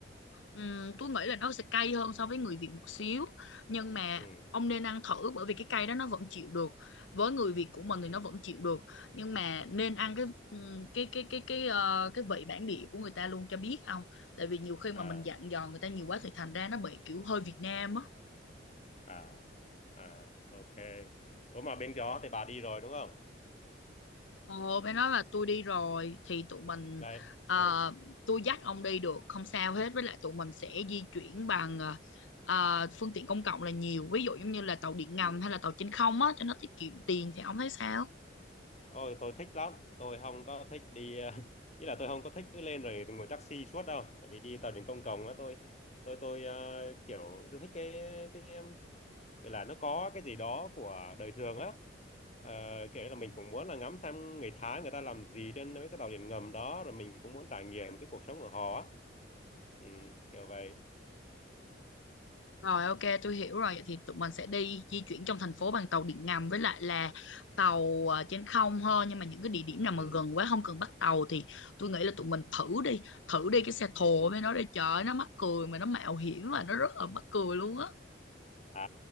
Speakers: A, on the left; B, on the left.
A: Ừm, tôi nghĩ là nó sẽ cay hơn so với người Việt một xíu nhưng mà
B: Ừ.
A: ông nên ăn thử bởi vì cái cay đó nó vẫn chịu được với người Việt của mình thì
B: Ừ.
A: nó vẫn chịu được nhưng mà nên ăn cái ừm, cái cái cái cái ờ, cái vị bản địa của người ta luôn cho biết ông tại vì nhiều khi mà
B: À
A: mình dặn dò người ta nhiều quá thì thành ra nó bị kiểu hơi Việt Nam á
B: à à ok. Ủa mà bên đó thì bà đi rồi đúng không?
A: Ồ, mới nói là tôi đi rồi thì tụi mình
B: Đây.
A: ờ,
B: Ừ.
A: tôi dắt ông đi được không sao hết với lại tụi mình sẽ di chuyển bằng ờ, ờ, phương tiện công cộng là nhiều ví dụ giống như là tàu điện ngầm
B: Ừ.
A: hay là tàu trên không á cho nó tiết kiệm tiền thì ông thấy sao?
B: Ôi, tôi thích lắm. Tôi không có thích đi, ờ, <laughs> ý là tôi không có thích cứ lên rồi ngồi taxi suốt đâu. Tại vì đi tàu điện công cộng á, tôi, tôi, tôi ờ, kiểu tôi thích cái cái em, gọi là nó có cái gì đó của đời thường á. Ờ, kiểu là mình cũng muốn là ngắm thăm người Thái người ta làm gì trên mấy cái tàu điện ngầm đó, rồi mình cũng muốn trải nghiệm cái cuộc sống của họ á. Ừ, kiểu vậy.
A: Rồi ok tôi hiểu rồi Vậy thì tụi mình sẽ đi di chuyển trong thành phố bằng tàu điện ngầm với lại là tàu ờ, trên không hơn nhưng mà những cái địa điểm nào
B: Ừ,
A: mà gần quá không cần bắt tàu thì tôi nghĩ là tụi mình thử đi thử đi cái xe
B: ừ,
A: thồ
B: ừ.
A: với nó đi trời ơi, nó mắc cười mà nó mạo hiểm và nó rất là mắc cười luôn á
B: À,